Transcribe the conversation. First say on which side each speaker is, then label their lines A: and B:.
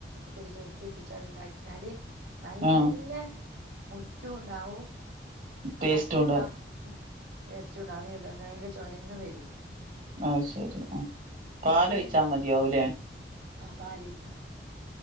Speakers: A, on the right; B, on the right.
A: തുള്ളി സുർക്കെ ഉറ്റിചവ്ടെണ്ടാക്കിയാല് നല്ല
B: ആഹ്
A: മുറ്റൂണ്ടാവും ആ
B: ടേസ്റ്റ്
A: കട്ടിണ്ടാ
B: ഉണ്ടാവും
A: ഉം ടെസ്റ്റൂണ്ടാവും ഈ ഉരുളകിഴങ്ങിന്റെ ചൊയൊന്നും വരൂല.
B: അശെരി അ പാലൊയ്ച്ചാ
A: മറ്റേലും
B: മതിയാവൂലെ
A: ആ പാലൊയ്ക്കണം